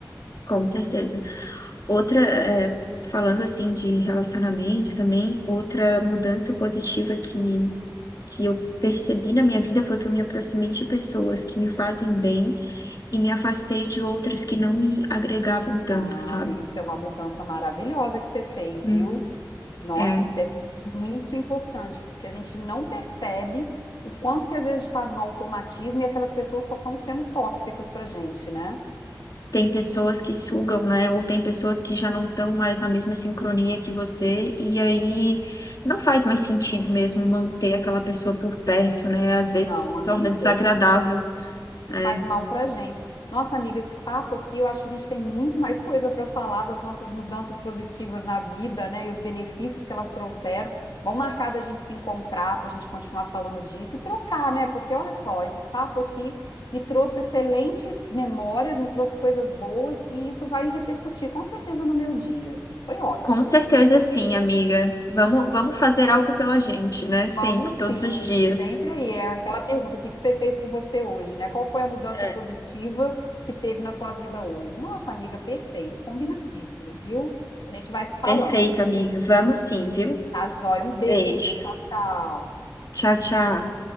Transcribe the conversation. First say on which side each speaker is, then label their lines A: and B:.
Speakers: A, on the left (about 55°); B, on the left (about 70°).
A: Com certeza. Outra, é, falando assim de relacionamento também, outra mudança positiva que, que eu percebi na minha vida foi que eu me aproximei de pessoas que me fazem bem e me afastei de outras que não me agregavam tanto,
B: Ah,
A: sabe?
B: isso é uma mudança maravilhosa que você fez,
A: Hum.
B: viu? Nossa,
A: É.
B: isso é muito importante, porque a gente não percebe o quanto que às vezes está no automatismo e aquelas pessoas só estão sendo tóxicas para gente, né?
A: Tem pessoas que sugam, né? Ou tem pessoas que já não estão mais na mesma sincronia que você, e aí não faz mais sentido mesmo manter aquela pessoa por perto, né? Às
B: Não,
A: vezes se
B: amiga.
A: torna desagradável.
B: e
A: É.
B: faz mal pra gente. Nossa, amiga, esse papo aqui, eu acho que a gente tem muito mais coisa para falar das nossas mudanças positivas na vida, né? E os benefícios que elas trouxeram. Vamos marcar da gente se encontrar para a gente continuar falando disso e trocar, né? Porque olha só, esse papo aqui me trouxe excelentes memórias, me trouxe coisas boas e isso vai repercutir com certeza no meu dia. Foi ótimo.
A: Com certeza sim, amiga. Vamos, vamos fazer algo pela gente, né?
B: Vamos
A: Sempre, todos
B: sim,
A: os dias.
B: sempre aí. É aquela pergunta, o que que você fez por você hoje, né? Qual foi a mudança
A: É.
B: positiva que teve na tua vida hoje? Nossa, amiga, perfeito, combinadíssimo, viu? A gente vai se falando.
A: Perfeito, amiga. Vamos sim, viu?
B: Tá, joia? Um beijo,
A: Beijo.
B: tchau, tchau.
A: Tchau, tchau.